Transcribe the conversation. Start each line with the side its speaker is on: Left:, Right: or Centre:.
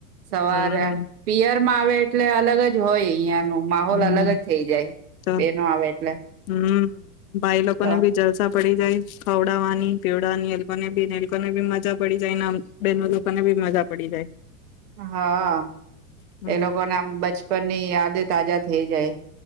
Right: સવારે
Left: હમ
Right: પિયર મા આવે એટલે અલગ જ હોય અહિયાં નુ. માહોલ
Left: હમ
Right: અલગ જ થઇ જાય
Left: તો
Right: બેનો આવે એટલે.
Left: હમ ભાઈ લોકો
Right: તો
Left: ને ભી જલસા. પડી જાય ખવડાવવાની પીવડાની એ લોકોને બી એ લોકોને બી મજા પડી જાય ને બેનો લોકોને બી મજા પડી જાય.
Right: હા
Left: હમ
Right: એ લોકો નામ બચપન ની યાદ તાજા થઈ જાય.